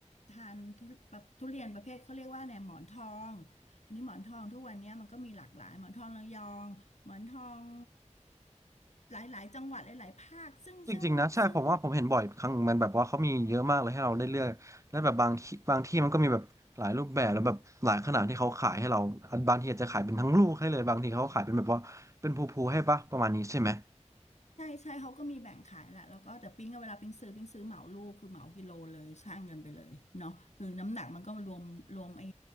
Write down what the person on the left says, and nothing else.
ทานทุแบบทุเรียนประเภทเขาเรียกว่าแีนยหมอนทองอันนี้หมอนทองทุกวันเนี้ยมันก็มีหลากหลายหมอนทองระยองหมอนทองหลายๆจังหวัดหลายๆภาคซึ่งซึ่งซึ่ง
ใช่ใช่เขาก็มีแบ่งขายแหละแล้วก็แต่ปิ้งอะเวลาปิ้งซื้อปิ้งซื้อเหมาลูกคือเหมากิโลเลยช่างเงินไปเลยเนาะคือน้ำหนักมันก็รวมรวมไอ้